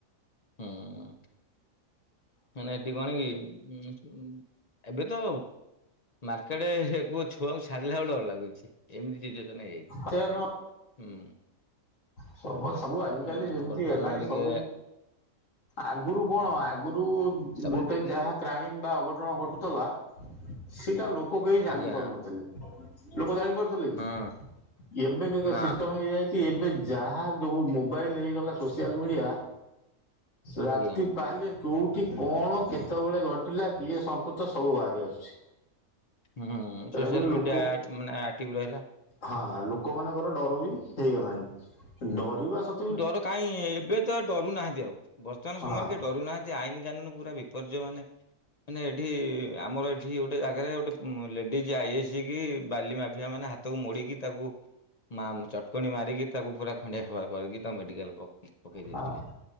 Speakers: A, on the left (about 45°); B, on the left (about 65°).
A: ହଁ। ମାନେ ଏଠି କଣ କି ଏବେ ତ ମାର୍କେଟ କୂ ଛୁଆଙ୍କୁ ଛାାରିଲା ବେଳକୁ ଡର ଲାଗୁଛି। ଏମିତି ସିଚୁଏସନ ହେଇଯାଇଛି
B: ସେଇଆ
A: ହୁଁ।
B: ସମ ସବୁ ଆଜିିକାଲି
A: ହୁଁ
B: ଯେମିତି
A: ବର୍ତ୍ତମାନ
B: ହେଲାଣି
A: ଟିକେ
B: ସବୁ ଆଗରୁ କଣ ଆଗରୁ
A: ତାପରେ
B: ଗୋଟେ
A: ଟିକେ
B: ଯାହା କ୍ରାଇମ ବା ଅଘଟଣ ଘଟୁଥିଲା ସେଟା ଲୋକ କେହି ଜାଣିପାରୁନଥିଲେ।
A: ଆଜ୍ଞା
B: ଲୋକ ଜାଣିପାରୁଥିଲେ କି
A: ହୁଁ
B: ଏବେ ଦେଖ
A: ନା
B: ସିଷ୍ଟମ ହେଇଯାଇଛି ଏବେ ଯାହା ଯୋଉ ମୋବାଇଲ ହେଇଗଲା ସୋସିଆଲ ମିଡିଆ ରାତି
A: ଆଜ୍ଞା
B: ପାହିଲେ କୋଉଠି କଣ କେତେବେଳେ ଘଟିଲା କିଏ ସମ୍ପୃତ ସବୁ ବାହାରି ଆସୁଛି।
A: ହୁଁ
B: ତେଣୁକରି
A: ସୋସିଆଲ ମିଡିଆ
B: ଲୋକ
A: ମାନେ ଆକ୍ଟିଭ ରହିଲା।
B: ହଁ ଲୋକମାନାନଙ୍କର ଡର ବି ହେଇଗଲାଣିହିଁ ଡରିବା ସତ
A: ଡର କାହିଁ ଏବେ ତ ଡରୁ ନାହାନ୍ତି ଆଉ ବର୍ତ୍ତମାନ
B: ହଁ
A: ସମୟରେ କେହି ଡରୁ ନାହାନ୍ତି ଆଇନ କାନୁନ ପୁରା ବି ବିପର୍ଯ୍ୟ ମାନେ ମାନେ ଏଠି ଆମର ଏଠି ଏଠି ଗୋଟେ ଜାଗାରେ ଗୋଟେ ଲେଡିଜି ଆଇଆଇସି କି ବାଲି ମାଫିଆ ମାନେ ହାତକୁ ମୋଡିକି ତାକୁ ମା ଚଟକଣି ମାରିକି ତାକୁ ପୁରା ଖଣ୍ଡିଆ ଖାବରା କରିକି ତାକୁ ମେଡିକାଲ ରେ ପକେଇ
B: ହଁ
A: ଦେଇଥିଲେ।